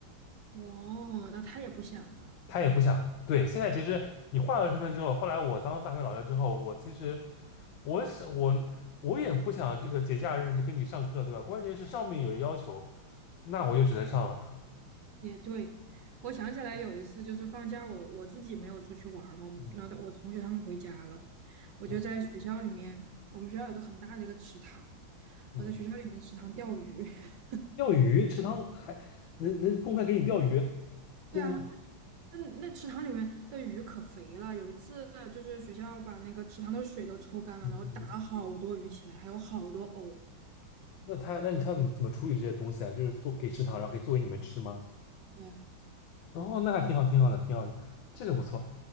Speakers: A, on the right (about 65°); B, on the left (about 70°).
A: 哦，那他也不想的，
B: 他也不想。对，现在其实你换了身份之后，后来我当大学老师之后，我其实我是我我也不想这个节假日就跟你上课，对吧？关键是上面有人要求，那我就只能上了。
A: 也对。我想起来有一次，就是放假我我自己没有出去玩儿嘛，我们那我同学他们回家了，
B: 嗯
A: 我就在学校里面，
B: 嗯
A: 我们学校有个很大的一个池塘，
B: 嗯，
A: 我在学校里面池塘钓鱼。<laughs>
B: 钓鱼池塘还能能公开给你钓鱼，
A: 对啊，
B: 真的吗？
A: 那那池塘里面的鱼可肥了。有一次，就是学校把那个池塘的水都抽干了，
B: 嗯嗯，
A: 然后打了好多鱼起来，还有好多藕。
B: 那他那你他怎么怎么处理这些东西啊？就是做给池塘，然后给做给你们吃吗？
A: 对
B: 哦，那还挺好，挺好的，挺好的，这个不错，